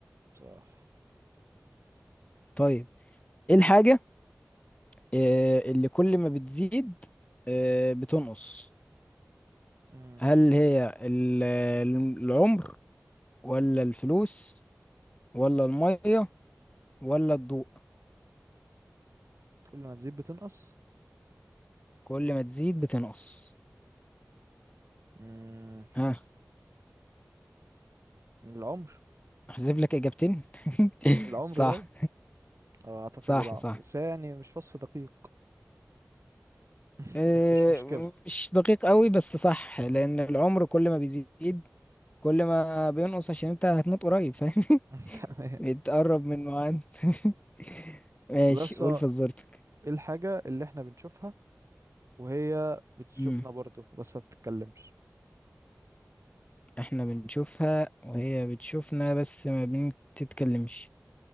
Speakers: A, on the right (about 70°); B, on the left (about 25°).
A: صح
B: طيب ايه الحاجة إيه، اللي كل ما بتزيد إيه، بتنقص
A: مم.
B: هل هي ال- العمر ولا الفلوس ولا المية ولا الضوء
A: كل ما تزيد بتنقص
B: كل ما تزيد بتنقص
A: مم.
B: ها
A: العمر
B: احذف لك اجابتين <laughs>
A: العمر
B: صح
A: طيب آه، اعتقد
B: صح
A: العمر
B: صح
A: بس هي يعني مش وصف دقيق <laughs>
B: آه،
A: بس مش مشكلة
B: مش دقيق قوي بس صح لان العمر كل ما بيزيد كل ما بينقص عشان انت هتموت قريب فاهم
A: <laughs>
B: <laughs>
A: تمام
B: بتقرب من ميعاد <laughs> ماشي
A: طب يس
B: قول
A: ايه
B: فزورتك
A: الحاجة اللي احنا بنشوفها وهي بتشوفنا
B: امم
A: برضو بس ما بتتكلمش
B: احنا بنشوفها وهي بتشوفنا بس ما بنتتكلمش